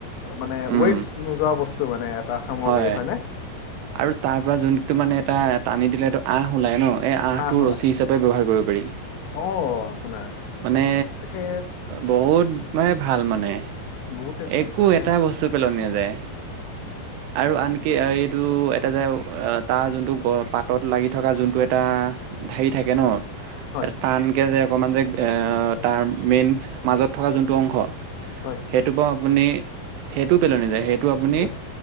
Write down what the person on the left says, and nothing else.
মানে
ৱেষ্ট নোযোৱা বস্তু মানে এটা সামগ্ৰী
হয়নে?
আহ হ'লা
অঁ আপোনাৰ
তাকে
বহুতেই ভাল
তাকে
হয়
হয়।
একদম